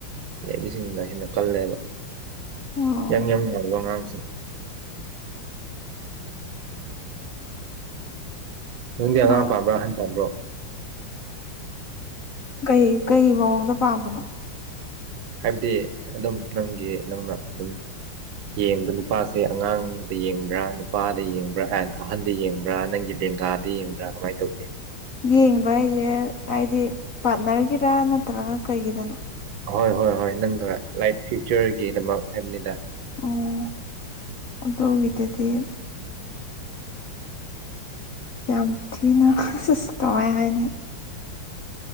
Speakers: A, on the right (about 70°); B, on the left (about 50°).
A: ꯂꯩꯕꯤꯁꯤꯡꯗꯨꯅ ꯍꯦꯟꯅ ꯀꯜꯂꯦꯕ
B: ꯑꯣ
A: ꯌꯥꯪ ꯌꯥꯪ ꯂꯧꯕ ꯑꯉꯥꯡꯁꯤꯡ ꯅꯪꯗꯤ ꯑꯉꯥꯡ
B: ꯃꯥ
A: ꯄꯥ꯭ꯝꯕꯔꯥ ꯑꯍꯟ ꯄꯥꯝꯕ꯭ꯔꯣ
B: ꯀꯩ ꯀꯩ ꯃꯑꯣꯡꯗ ꯄꯥꯝꯕꯅꯣ
A: ꯍꯥꯏꯕꯗꯤ ꯑꯗꯨꯝ ꯅꯪꯒꯤ ꯅꯪꯅ ꯑꯗꯨꯝ ꯌꯦꯡꯕ ꯅꯨꯄꯥꯁꯦ ꯑꯉꯥꯡꯗ ꯌꯦꯡꯕ꯭ꯔꯥ ꯅꯨꯄꯥꯗ ꯌꯦꯡꯕ꯭ꯔꯥ ꯑꯦꯟ ꯑꯍꯟꯗ ꯌꯦꯡꯕ꯭ꯔꯥ ꯅꯪꯒꯤ ꯂꯦꯡꯒꯥ ꯗꯥ ꯌꯦꯡꯕ꯭ꯔꯥ ꯀꯃꯥꯏꯟ ꯇꯧ
B: ꯌꯦꯡꯕ ꯍꯥꯏꯖꯦ ꯍꯥꯏꯗꯤ ꯄꯥꯔꯠꯅꯔꯒꯤꯔꯥ ꯅꯠꯇ꯭ꯔꯒ ꯀꯩꯒꯤꯗꯅꯣ
A: ꯑꯍꯣꯏ ꯍꯣꯏ ꯍꯣꯏ ꯅꯪꯒ ꯂꯥꯏꯞ ꯐ꯭ꯌꯨꯆꯔꯒꯤꯗꯃꯛ ꯍꯥꯏꯕꯅꯤꯗ
B: ꯑꯣ ꯑꯗꯨꯒꯤꯗꯗꯤ ꯌꯥꯝ ꯊꯤꯅ ꯑꯁ ꯀꯃꯥꯏ ꯍꯥꯏꯅꯤ